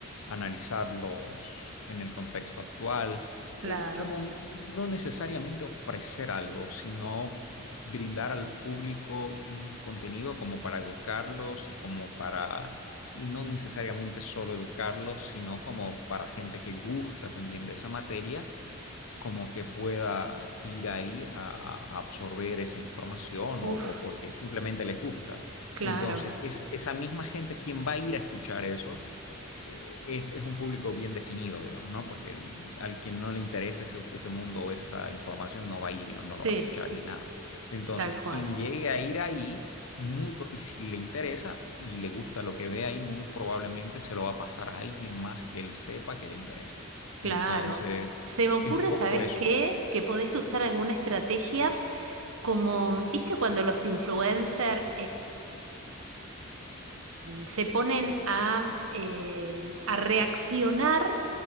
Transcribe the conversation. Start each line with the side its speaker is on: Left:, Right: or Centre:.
Left: analizarlos en el contexto actual,
Right: claro,
Left: eh, como no necesariamente ofrecer algo, sino brindar al público un contenido como para educarlos y como para, y no necesariamente solo educarlos, sino como para gente que gusta también de esa materia, como que pueda ir ahí a, a- absorber esa información
Right: uf,
Left: o, o porque simplemente les gusta.
Right: claro,
Left: Entonces, es esa misma gente quien va a ir a escuchar eso eh, es, es un público bien definido, digamos, ¿no? Porque n- al quien no le interesa ese, ese mundo o esa información no va a ir y no, no
Right: sí,
Left: lo va a escuchar ni nada. Entonces,
Right: tal
Left: quien
Right: cual.
Left: llegue a ir ahí, muy, pro- y si le interesa y le gusta lo que ve ahí, muy probablemente se lo va a pasar a alguien más que él sepa que le interesa.
Right: Claro.
Left: Entonces,
Right: Se me ocurre,
Left: es un poco
Right: ¿sabes
Left: eso.
Right: qué? Que podés usar alguna estrategia como, ¿viste cuando los influencers se ponen a, eh, a reaccionar